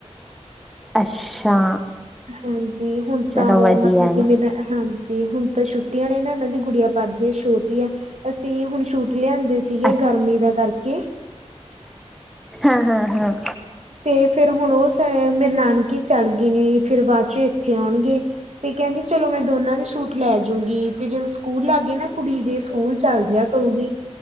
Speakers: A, in the centre; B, on the right.
A: ਅੱਛਾ।
B: ਹਾਂਜੀ ਹੁਣ ਤਾਂ
A: ਚਲੋ
B: ਉਹ
A: ਵਧੀਆ
B: ਮਤਲਬ ਕਿਵੇਂ
A: ਹੈ
B: ਦਾ ਹਾਂਜੀ। ਤੇ ਹੁਣ ਤਾਂ ਛੁੱਟੀਆਂ ਨੇ ਨਾ ਇਹਨਾਂ ਦੀ ਗੁੜੀਆਂ ਪੜ੍ਹਦੀਆਂ ਛੋਟੀ ਐ। ਅਸੀਂ ਹੁਣ ਸੂਟ ਲਿਆਂਦੇ ਸੀਗੇ
A: ਅ-
B: ਗਰਮੀ ਦਾ ਕਰਕੇ।
A: ਹਾਂ, ਹਾਂ, ਹਾਂ।
B: ਤੇ ਫੇਰ ਹੁਣ ਉਹ ਮੇਰੇ ਨਾਨਕੀ ਚੜ੍ਹ ਗਏ ਨੇ ਫੇਰ ਬਾਅਦ ਚੋਂ ਇੱਥੇ ਆਉਣਗੇ ਤੇ ਕਹਿੰਦੀ ਚਲੋ ਮੈਂ ਦੋਨਾਂ ਦੇ ਸੂਟ ਲੈਜਊਗੀ। ਤੇ ਜਦੋਂ ਸਕੂਲ ਲੱਗ ਗਏ ਨਾ ਕੁੜੀ ਦੇ, ਸਕੂਲ ਚੱਲ ਜਹਾ ਕਰੂਗੀ।